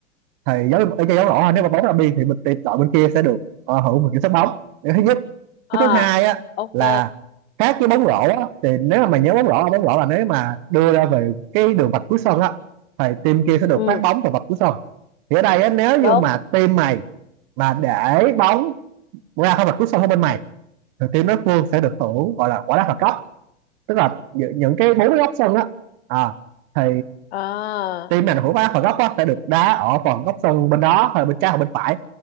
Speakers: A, on the right; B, on the left.
A: thì giống ở chơi giống rõ ha, nếu mà bóng ra biên thì mình tìm đội bên kia sẽ được ờ, hưởng một kiểm soát bóng Điều thứ nhất
B: à,
A: cái thứ hai á
B: ok
A: là khác với bóng rổ á, thì nếu mà mày nhớ bóng rổ bóng rổ là nếu mà đưa ra về cái đường vạch cuối sân á thì team kia sẽ được
B: ừ
A: phát bóng từ vạch cuối sân thì ở đây á, nếu
B: đúng
A: như mà team mày mà để bóng ra khỏi vạch cuối sân của bên mày thì team đối phương sẽ được hưởng gọi là quả đá phạt góc tức là những những cái bốn cái góc sân á à, thì
B: à,
A: team này hưởng quả đá phạt góc á sẽ được đá ở phần góc sân bên đó hay bên trái hoặc bên phải